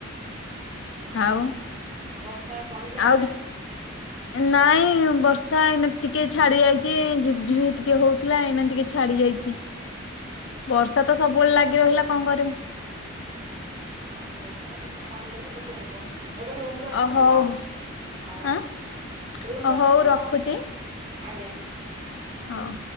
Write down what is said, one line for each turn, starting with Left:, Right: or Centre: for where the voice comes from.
Left: ଆଉ
Right: ବର୍ଷା କମିଲାଣି
Left: ଆଉ
Right: ନା।
Left: କିଛି? ନାଇଁ ବର୍ଷା ଏଇନା ଟିକେ ଛାଡି ଯାଇଛି ଝିପି ଝିପି ଟିକେ ହଉଥିଲା ଏଇନା ଟିକେ ଛାଡି ଯାଇଛି। ବର୍ଷା ତ ସବୁବେଳେ ଲାଗି ରହିଲା କଣ କରିବୁ?
Right: ହଁ ବର୍ଷା ଟା ଟିକେ କମିଗଲେ ଟିକେ ହବ। ଏବେ ରୁମରେ ଅଛ
Left: ଅ
Right: ନା
Left: ହଉ
Right: ବାହାରେ ହଉ
Left: ଆଁ ଅ
Right: ରୁମ୍ ରେ ଅଛ
Left: ହଉ
Right: ନା
Left: ରଖୁଛି
Right: ବାହାରେ? ଆଜ୍ଞା।
Left: ହଁ।